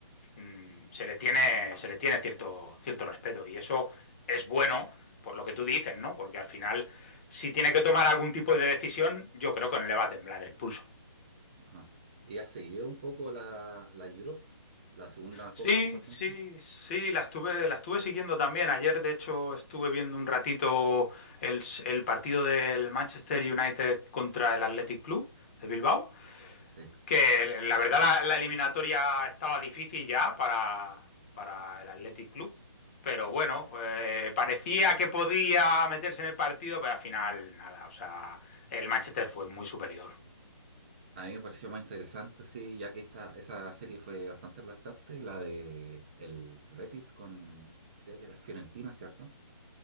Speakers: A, on the left; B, on the right.
A: mm, se le tiene, se le tiene cierto, cierto respeto. Y eso es bueno por lo que tú dices, ¿no? Porque al final, si tiene que tomar algún tipo de decisión, yo creo que no le va a temblar el pulso.
B: Ajá. ¿Y has seguido un poco la, la Europe, la segunda
A: Sí,
B: copa más importante?
A: sí, sí, la estuve, la estuve siguiendo también. Ayer, de hecho, estuve viendo un ratito el, s- el partido del Manchester United contra el Athletic Club de Bilbao,
B: Sí.
A: que la verdad la, la eliminatoria estaba difícil ya para, para el Athletic Club, pero bueno, eh, parecía que podía meterse en el partido, pero al final nada, o sea, el Manchester fue muy superior.
B: A mí me pareció más interesante, sí, ya que esta, esa serie fue bastante aplastante, la de el Betis con, creo que era Fiorentina, ¿cierto?